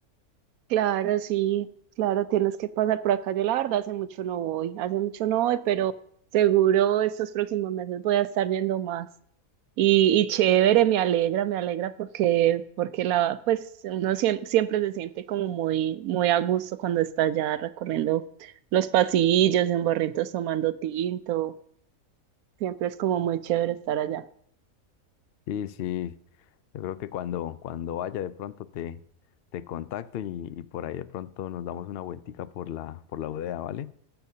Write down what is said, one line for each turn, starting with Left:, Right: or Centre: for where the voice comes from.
Right: Claro, sí, claro, tienes que pasar por acá. Yo la verdad hace mucho no voy, hace mucho no voy, pero seguro estos próximos meses voy a estar viendo más. Y, y chévere, me alegra, me alegra porque, porque la, pues uno siem- siempre, se siente como muy, muy a gusto cuando está allá recorriendo los pasillos, en barritos tomando tinto. Siempre es como muy chévere estar allá.
Left: Sí, sí, yo creo que cuando, cuando vaya de pronto te, te contacto y, y por ahí de pronto nos damos una vueltica por la, por la bodega, ¿vale?